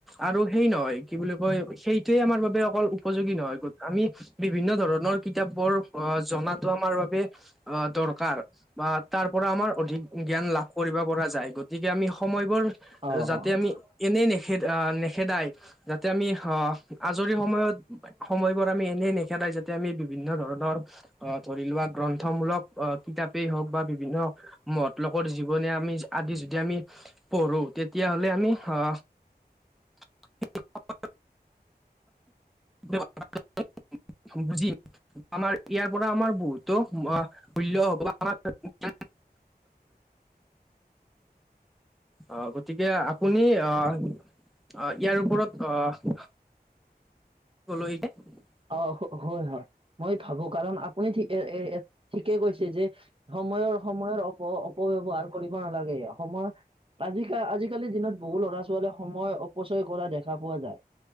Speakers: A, in the centre; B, on the right.
A: আৰু সেই নহয় কি বুলি কয় সেইটোৱে আমাৰ বাবে অকল উপযোগী নহয় আমি বিভিন্ন ধৰণৰ কিতাপ বোৰ অ জনাতো আমাৰ বাবে অ দৰকাৰ বা তাৰ পৰা আমাৰ অধিক জ্ঞান লাভ কৰিব পৰা যায় গতিকে আমি সময়বোৰ
B: অ
A: যাতে আমি এনেই নেখেদ আ নেখেদায় যাতে আমি আহ আজৰি সময়ত সময়বোৰ আমি এনে নেখেদাই <inaudible> য়া আমি বিভিন্ন ধৰণৰ আহ ধৰি লোৱা গ্ৰন্থমূলক আহ কিতাপেই হওঁক বা বিভিন্ন। মহৎলোকৰ জীৱনি আমি আদি যদি আমি পঢ়ো তেতিয়াহ'লে আমি আহ। এক <unintelligible> <unintelligible> বুজিম আমাৰ ইয়াৰ পৰা আমাৰ বহুতো ব হ'ব আমাৰ <unintelligible> অ, গতিকে আপুনি আহ ইয়াৰ ওপৰত আহ। ক'লো এই যে। <unintelligible>
B: অ, হয়, হয় মই ভাবো কাৰণ আপুনি ঠিক এ ঠিকে কৈছে যে। সময়ৰ, সময়ৰ অপ অপব্যৱহাৰ কৰিব নালাগে, সময়। আজিকাল আজিকালিৰ দিনত বহু ল'ৰা ছোৱালীয়ে সময় অপচয় কৰা দেখা পোৱা যায়।